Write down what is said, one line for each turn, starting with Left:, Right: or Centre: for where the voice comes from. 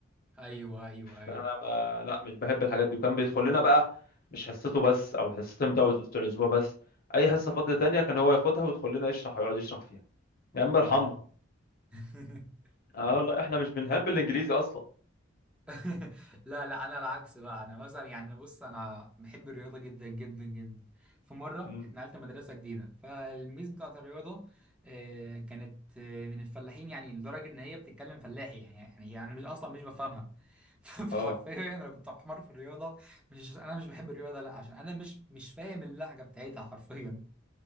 Centre: ايوه ايوه ايوه
Left: فانا ما... لا مش بحب الحاجات دي وكان بيدخل لنا بقى مش حصته بس او حصتين بتوع بتوع الاسبوع بس اي حصه فاضيه تانية كان هو ياخدها ويدخل لنا يشرح ويقعد يشرح فيها يا عم ارحمنا
Centre: <laughs> اه <laughs>
Left: اه والله احنا مش بنحب الانجليزي اصلا
Centre: <laughs> لا لا انا العكس بقى انا مثلا يعني بص انا بحب الرياضه جدا جدا جدا في مره
Left: مم.
Centre: اتنقلت مدرسه جديده فالميس بتاعت الرياضه آه، كانت آه، من الفلاحين يعني لدرجه ان هي بتتكلم فلاحي يعني يعني يعني مش اصلا مش بفهمها <laughs> فحرفيا
Left: اه
Centre: انا كنت حمار في الرياضه مش عشان انا مش بحب الرياضه لا عشان انا مش مش فاهم اللهجه بتاعتها حرفيا